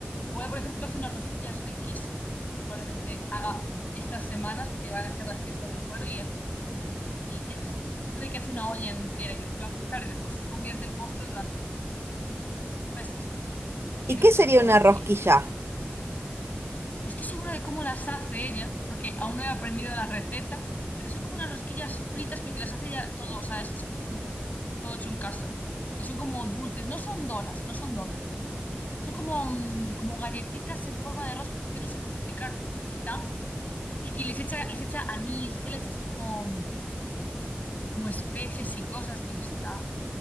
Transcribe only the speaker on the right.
¿Y qué
sería
una
rosquilla?